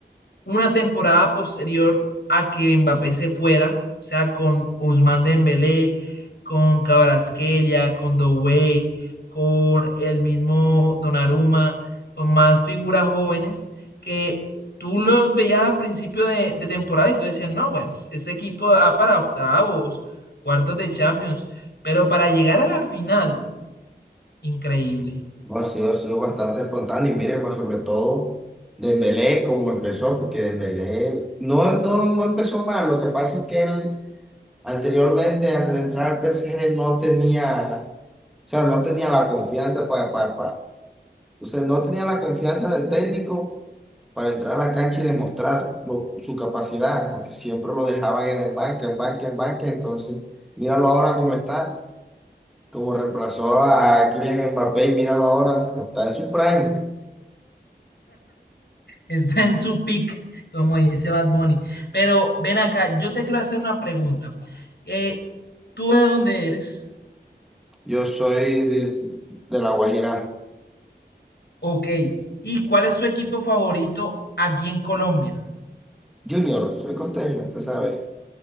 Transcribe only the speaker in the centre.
no, ha sido, ha sido bastante espontáneo. Y mira, pues sobre todo Dembélé, como empezó, porque Dembélé no, no, no empezó mal. Lo que pasa es que él anteriormente, antes de entrar al PSG, no tenía... O sea, no tenía la confianza para, para, para. O sea, no tenía la confianza del técnico para entrar a la cancha y demostrar lo- su capacidad, porque siempre lo dejaban en el banco, en banca, en banca, entonces míralo ahora cómo está, como reemplazó a Kylian Mbappé y míralo ahora, está en su prime.
Yo soy de, de La Guajira
Junior, soy costeño, usted sabe.